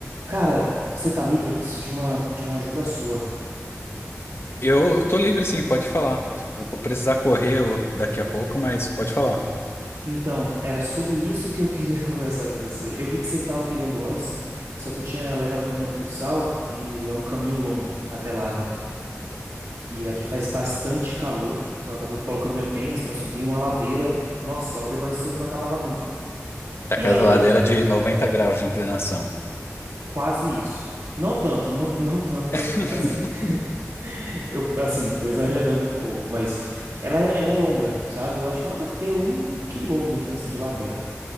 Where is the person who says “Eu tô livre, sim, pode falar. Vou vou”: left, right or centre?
Left